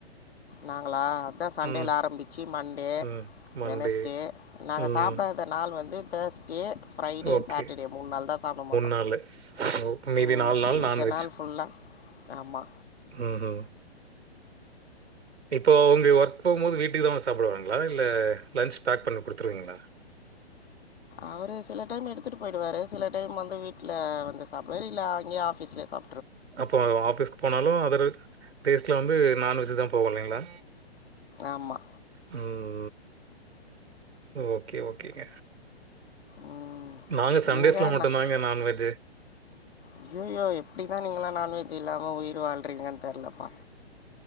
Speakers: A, on the left; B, on the right.
A: நாங்களா சண்டேல்ல
B: ம்,
A: ஆரம்பிச்சு மண்டே
B: ம். மண்டே.
A: வெனஸ்டே நாங்க
B: ம்.
A: சாப்டா த நாள் வந்து தேர்ஸ்ட்டே ஃப்ரைடே
B: ஓகே.
A: சாட்டடே மூண் நாள் தா சாப்பட மாட்டோ
B: நாளு. ஓ மீதி
A: ம் மிச்ச
B: நான்வெஜ்.
A: நாள் ஃபுல்லா ஆமா
B: ம்ஹ்ம். இப்போ உங்க ஒர்க் போகும்போது வீட்டுக்கு தா வந்து சாப்புடுவாங்களா இல்ல லன்ச் பேக் பண் குடுத்துருவீங்களா
A: அவரு சில டைம் எடுத்துட்டு போயிடுவாரு சில டைம் வந்து வீட்டில வந்து சாப் வெளில்ல அங்கேயே ஆஃபீஸ்லே சா
B: அப்போ ஆபீஸ்க் போனாலு அதர் டேஸ்ட்ல வந்து நான்வெஜ் தா போவு இல்லைங்களா
A: ஆமா
B: ம் ஓகே ஓகேங்க
A: ம்
B: நாங்க சண்டேஸ்ல
A: நீங்கள்
B: மட்டு
A: நான்
B: தாங்க நான்வெஜ்ஜு
A: ஐயோயோ எப்டிதா நீங்களா நான்வெஜ் இல்லாம உயிர் வாழ்றீங்கன் தெர்லப்பா